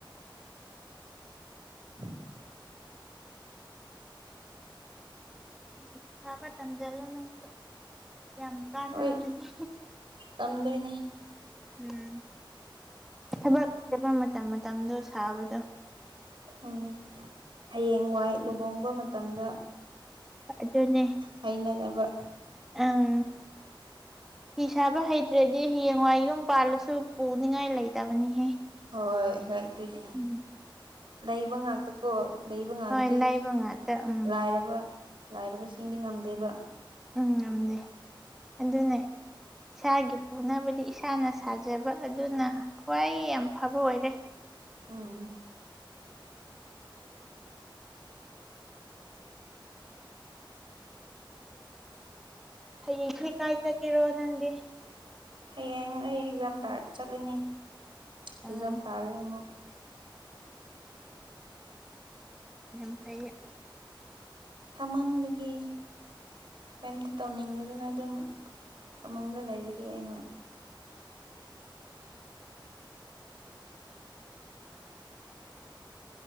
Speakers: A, on the right (about 75°); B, in the centre.
A: <inaudible>
B: ꯐꯤ ꯁꯥꯕ ꯇꯝꯁꯤꯜꯂꯣ ꯅꯪꯁꯨ ꯌꯥꯝ ꯀꯥꯟꯅꯕꯅꯤ
A: ꯍꯣꯏ ꯇꯝꯗꯣꯏꯅꯤ
B: ꯎꯝ ꯊꯕꯛ ꯆꯠꯕ ꯃꯇꯝ ꯃꯇꯝꯗꯣ ꯁꯥꯕꯗꯣ
A: ꯎꯝ ꯍꯌꯦꯡ ꯋꯥꯏ ꯂꯨꯍꯣꯡꯕ ꯃꯇꯝꯗ
B: ꯑꯗꯨꯅꯦ
A: ꯍꯩꯅꯅꯕ
B: ꯑꯪ ꯐꯤ ꯁꯥꯕ ꯍꯩꯇ꯭ꯔꯗꯤ ꯍꯌꯦꯡꯋꯥꯏ ꯌꯨꯝ ꯄꯥꯜꯂꯁꯨ ꯄꯨꯅꯤꯡꯉꯥꯏ ꯂꯩꯇꯕꯅꯤꯍꯦ
A: ꯍꯣꯏ ꯍꯣꯏ ꯑꯗꯨꯅꯦ
B: ꯎꯝ
A: ꯂꯩꯕ ꯉꯥꯛꯇꯀꯣ ꯂꯩꯕ ꯉꯥꯛꯗꯤ
B: ꯍꯣꯏ ꯂꯩꯕ ꯉꯥꯛꯇ ꯎꯝ
A: ꯂꯥꯏꯔꯕ ꯂꯥꯏꯔꯕꯁꯤꯡꯗꯤ ꯉꯝꯗꯦꯕ
B: ꯎꯝ ꯉꯝꯗ ꯑꯗꯨꯅꯦ ꯏꯁꯥꯒꯤ ꯄꯨꯅꯕꯗꯤ ꯏꯁꯥꯅ ꯁꯥꯖꯕ ꯑꯗꯨꯅ ꯈ꯭ꯋꯥꯏ ꯌꯥꯝ ꯐꯕ ꯑꯣꯏꯔꯦ
A: ꯎꯝ
B: ꯍꯌꯦꯡꯁꯦ ꯀꯥꯏ ꯆꯠꯀꯦꯔꯣ ꯅꯪꯗꯤ
A: ꯍꯌꯦꯡ ꯑꯩ ꯑꯦꯛꯖꯥꯝ ꯇꯥꯔꯛ ꯆꯠꯂꯅꯤ ꯑꯦꯛꯖꯝ
B: ꯑꯣ
A: ꯇꯥꯔꯦ ꯑꯃꯨꯛ
B: ꯌꯥꯝ ꯐꯥꯏ
A: ꯁꯥꯃꯟꯕꯒꯦ ꯀꯩꯝꯇ ꯇꯧꯅꯤꯡꯗꯗꯅ ꯑꯗꯨꯝ ꯐꯃꯨꯡꯗ ꯂꯩꯕꯒꯤ ꯑꯩꯅ